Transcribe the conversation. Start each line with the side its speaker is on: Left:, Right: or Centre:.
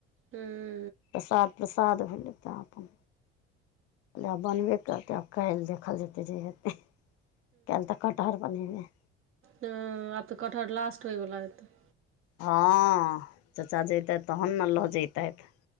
Right: हम्म
Left: प्रसाद-प्रसाद भेलै। तऽ अपन इ आब बनबे करतै, आब काल्हि देखल जेतै जे हेतै। कैल तऽ कटहर बनेबै।
Right: हम्म आब तऽ कटहर लास्ट होइवला हेतै।
Left: हँ चाचा जैतथि तहन ने लऽ जैतथि।